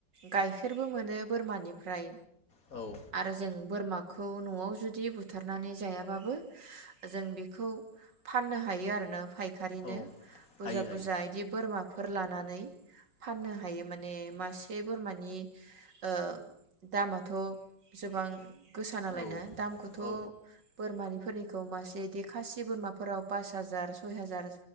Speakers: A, on the right; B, on the left.
A: गाइखेरबो मोनो बोरमानिफ्राय
B: औ।
A: आरो जों बोरमाखौ न'आव जुदि बुथारनानै जायाबाबो जों बेखौ फाननो हायो आरोना फायखारिनो
B: औ
A: बुरजा
B: हायो हायो
A: बुरजा इदि बोरमाफ फोर लानानै फाननो हायो माने मासे बोरमानि ओ दामाथ' जोबां गोसा नालायनो
B: औ
A: दामखौथ'
B: औ
A: बोरमानि फोरनिखौ मासे इदि खासि बोरमाफोराव पास हाजार सय हाजार